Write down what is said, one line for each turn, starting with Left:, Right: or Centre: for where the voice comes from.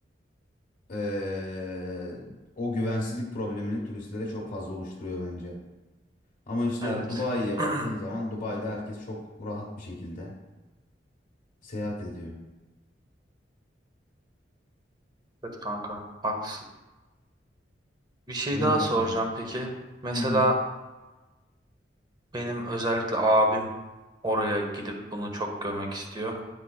Left: Ee, o güvensizlik problemini turistlere çok fazla oluşturuyor bence. Ama işte
Right: Evet.
Left: Dubai'ye baktığın
Right: <clears throat>
Left: zaman Dubai'de herkes çok rahat bir şekilde seyahat ediyor.
Right: Evet kanka haklısın. Bir şey
Left: Öyle
Right: daha
Left: Batucuğum.
Right: soracağım peki. Mesela
Left: Hı hı.
Right: benim özellikle abim oraya gidip bunu çok görmek istiyor.